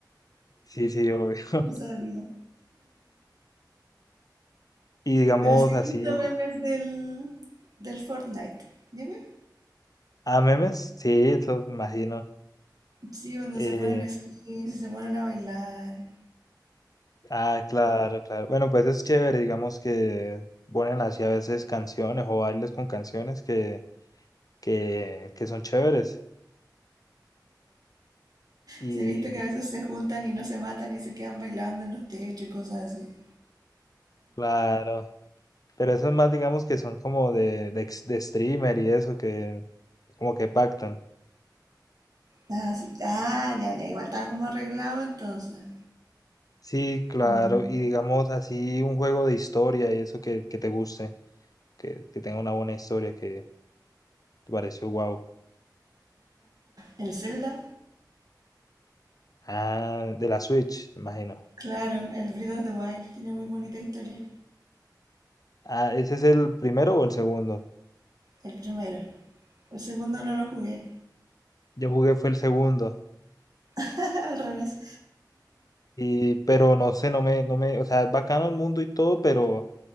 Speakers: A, on the left; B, on the right.
A: Sí, sí, obvio.
B: No sabía.
A: Y digamos
B: Pero sí he
A: así,
B: visto memes del, del Fortnite. Dime.
A: a memes, sí, eso me imagino.
B: Sí, cuando
A: Eh,
B: se ponen skins, se ponen a bailar.
A: Ah, claro, claro. Bueno, pues es chévere, digamos que ponen así a veces canciones o bailes con canciones que, que, que son chéveres. Y
B: Sí, he visto que a veces se juntan y no se matan y se quedan bailando en los techos y cosas así.
A: claro, pero eso es más, digamos que son como de, de, ex- de streamer y eso, que como que pactan.
B: Ah, sí. Ah, ya, ya. Igual estaba como arreglado entonces.
A: Sí, claro,
B: Mm.
A: y digamos así un juego de historia y eso que, que te guste, que, que tenga una buena historia que te pareció wow.
B: El Zelda.
A: Ah, de la Switch, me imagino.
B: Claro, el Breath of the Wild tiene muy bonita historia.
A: Ah, ¿ese es el primero o el segundo?
B: El primero. El segundo no lo jugué.
A: Yo jugué fue el segundo.
B: <laughs> Al revés.
A: Y, pero no sé, no me, no me, o sea, es bacano el mundo y todo, pero